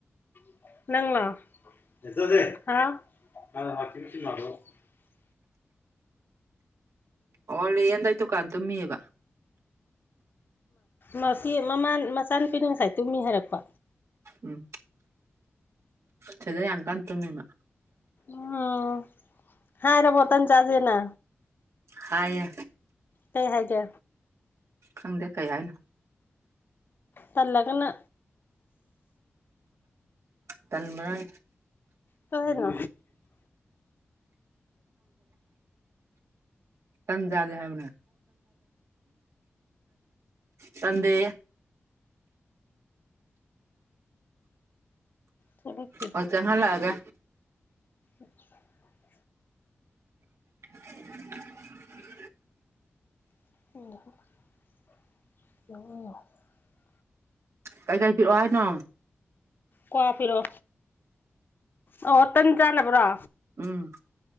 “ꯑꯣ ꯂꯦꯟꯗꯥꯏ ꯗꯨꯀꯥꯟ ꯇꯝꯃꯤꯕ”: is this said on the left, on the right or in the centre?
Right